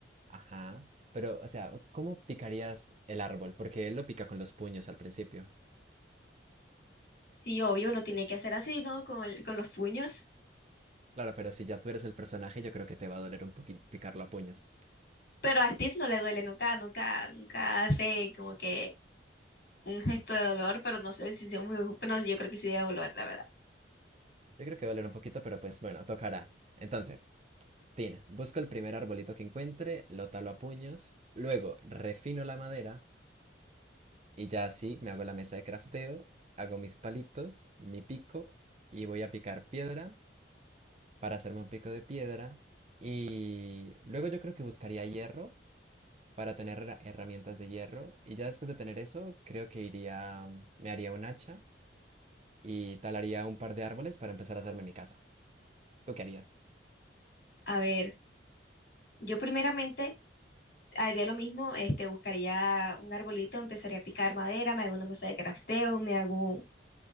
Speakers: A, on the right (about 35°); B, on the left (about 55°).
A: Ajá. Pero, o sea, ¿cómo picarías el árbol? Porque él lo pica con los puños al principio.
B: Sí, obvio, uno tiene que hacer así, ¿no? Con el- con los puños.
A: Claro, pero si ya tú eres el personaje, yo creo que te va a doler un poquito picarlo a puños.
B: Pero a Steve no le duele nunca, nunca, nunca hace como que un gesto de dolor, pero no sé si sea muy, pero yo creo que sí debe volver, la verdad.
A: Yo creo que va a doler un poquito, pero pues bueno, tocará. Entonces, Tin, busco el primer arbolito que encuentre, lo talo a puños, luego refino la madera y ya así me hago la mesa de crafteo, hago mis palitos, mi pico y voy a picar piedra para hacerme un pico de piedra. Y luego yo creo que buscaría hierro para tener herra- herramientas de hierro. Y ya después de tener eso, creo que iría, me haría un hacha y talaría un par de árboles para empezar a hacerme mi casa. ¿Tú qué harías?
B: A ver, yo primeramente haría lo mismo, este, buscaría un arbolito, empezaría a picar madera, me hago una mesa de crafteo, me hago